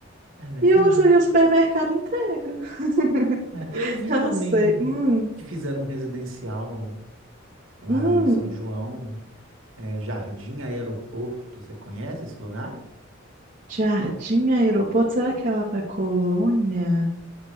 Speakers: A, on the right; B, on the right.
A: é verdade.
B: E o, su- e o supermercado entrega. <laughs>
A: É, eu vi
B: Eu
A: também
B: não sei. Hum,
A: que fizeram um residencial lá
B: hum.
A: em São João, é, Jardim Aeroporto. Você conhece esse lugar?
B: Jardim Aeroporto, será que é lá pra Colônia?